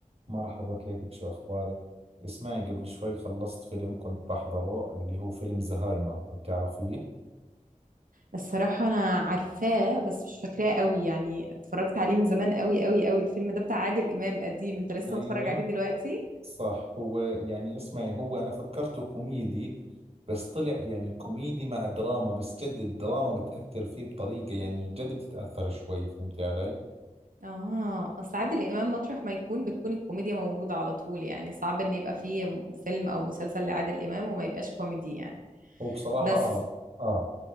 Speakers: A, on the right; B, on the right.
A: مرحبا كيفك شو أخبارك؟ اسمعي قبل شوي خلصت فيلم كنت بحضره اللي هو فيلم زهايمر بتعرفيه؟
B: الصراحة أنا عارفاه بس مش فاكراه قوي يعني اتفرجت عليه من زمان قوي قوي قوي الفيلم ده بتاع عادل إمام قديم أنت لسه
A: ايوه
B: متفرج عليه دلوقتي؟
A: صح هو يعني اسمعي هو أنا فكرته كوميدي بس طلع يعني كوميدي مع دراما بس جد الدراما بتأثر فيه بطريقة يعني جد بتتأثر شوي فهمتي علي؟
B: آه أصل عادل إمام مطرح ما يكون بتكون الكوميديا موجودة على طول يعني صعب إن يبقى فيه م- فيلم أو مسلسل لعادل إمام وما يبقاش كوميدي يعني
A: هو بصراحة
B: بس
A: آه آه